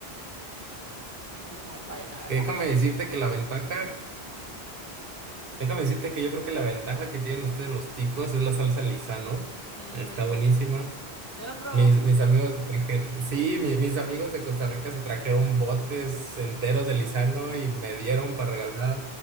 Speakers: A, on the left; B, on the right.
A: Y quién sabe cuál es la verdad.
B: Que déjame decirte que la ventaja, déjame decirte que yo creo que la ventaja que tienen ustedes los ticos es la salsa lisa, ¿no?
A: Ujú.
B: Está buenísima.
A: Ya lo probó.
B: Mis, mis amigos se trajeron, sí, mi- mis amigos de Costa Rica se trajeron botes enteros de Lizano y me dieron para regalar.